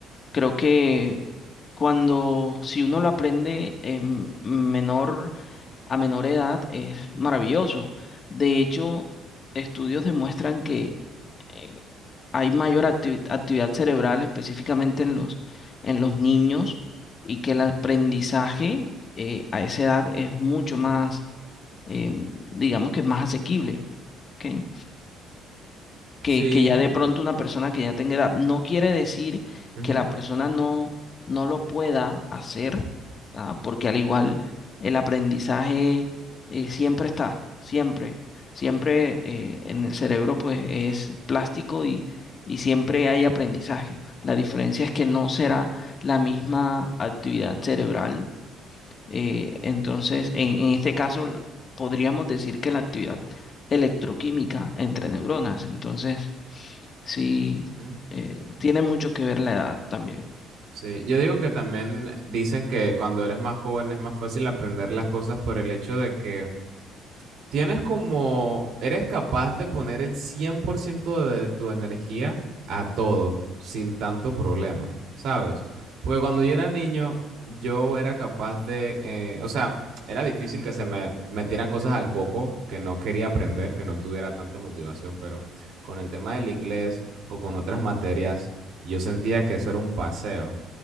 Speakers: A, on the left (about 45°); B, on the right (about 60°).
A: creo que cuando si uno lo aprende en menor a menor edad es maravilloso. De hecho, estudios demuestran que eh, hay mayor acti- actividad cerebral específicamente en los en los niños y que el aprendizaje eh, a esa edad es mucho más, eh, digamos que más asequible. ¿ok? que,
B: Sí.
A: que ya de pronto una persona que ya tenga edad. No quiere decir
B: ujú,
A: que la persona no, no lo pueda hacer, ¿ah? Porque al igual el aprendizaje eh, siempre está, siempre, siempre eh, en el cerebro pues es plástico y, y siempre hay aprendizaje. La diferencia es que no será la misma actividad cerebral. eh, entonces, en, en este caso podríamos decir que la actividad electroquímica entre neuronas. Entonces, Sí,
B: ujú,
A: eh, tiene mucho que ver la edad también.
B: Sí, yo digo que también dicen que cuando eres más joven es más fácil aprender las cosas por el hecho de que Tienes como, eres capaz de poner el 100% de tu energía a todo sin tanto problema, ¿sabes? Porque cuando yo era niño, yo era capaz de, eh, o sea, era difícil que se me metieran cosas al coco que no quería aprender, que no tuviera tanta motivación, pero con el tema del inglés o con otras materias, yo sentía que eso era un paseo,